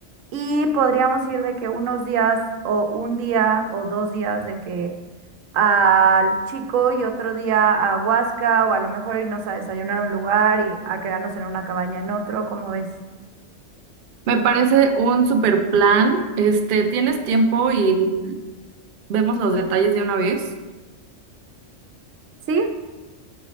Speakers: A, on the right; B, on the right.
A: Y podríamos ir de que unos días o un día o dos días de que al Chico y otro día a Huasca o a lo mejor irnos a desayunar a un lugar y a quedarnos en una cabaña en otro, ¿cómo ves?
B: Me parece un super plan. Este, ¿tienes tiempo y vemos los detalles de una vez?
A: Sí,